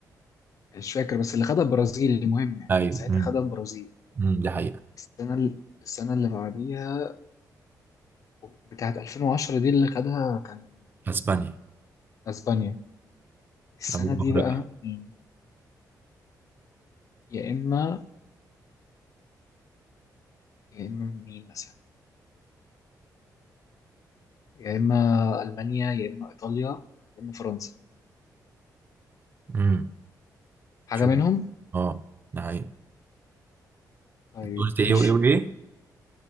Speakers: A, on the left; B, on the right.
A: مش فاكر بس اللي خدها البرازيل المهم يعني
B: ايوه
A: ساعتها
B: امم
A: خدها البرازيل
B: أمم، دي حقيقة
A: السنة السنة اللي بعديها بتاعت 2010 دي اللي خدها كان
B: اسبانيا
A: اسبانيا السنة
B: او
A: دي
B: افريقيا
A: بقى مين يا إما يا إما مين مثلا يا إما ألمانيا يا إما إيطاليا يا إما فرنسا
B: امم
A: حاجة
B: شوف
A: منهم
B: اه ده حقيقي
A: طيب
B: انت قلت ايه
A: ماشي
B: وايه وايه